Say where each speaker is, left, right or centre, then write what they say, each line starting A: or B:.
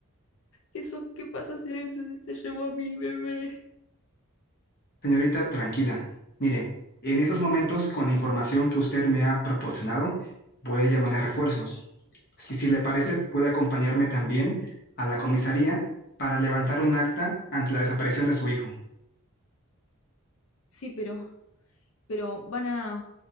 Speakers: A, on the left; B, on the left.
A: Eso, ¿qué pasa si alguien se, se llevó a mi bebé?
B: Señorita, tranquila. Mire, en estos momentos, con la información que usted me ha proporcionado, voy a llamar a refuerzos. Si, si le parece,
A: Sí,
B: puede acompañarme también a la comisaría para levantar un acta ante la desaparición de su hijo.
A: sí, pero, pero van a,